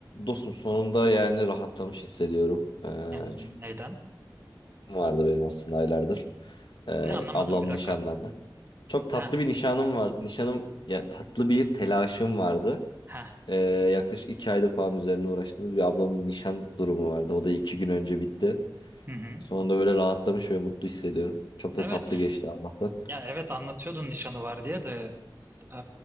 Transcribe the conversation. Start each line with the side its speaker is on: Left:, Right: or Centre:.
Left: Dostum sonunda yani rahatlamış hissediyorum. Ee,
Right: Ne-
Left: çünkü
Right: Neden?
Left: vardı benim aslında aylardır. Ee,
Right: Ne anlamadım
Left: ablam
Right: bir dakika.
Left: nişanlandı. Çok tatlı
Right: Ha
Left: bir nişanım var. Nişanım yani tatlı bir telaşım vardı.
Right: ha.
Left: Ee, yaklaşık iki aydır falan üzerine uğraştığımız bir ablamın nişan durumu vardı. O da iki gün önce bitti.
Right: Hı hı.
Left: Sonunda böyle rahatlamış ve mutlu hissediyorum. Çok da
Right: Evet.
Left: tatlı geçti Allah'tan.
Right: Ya evet anlatıyordun nişanı var diye de e,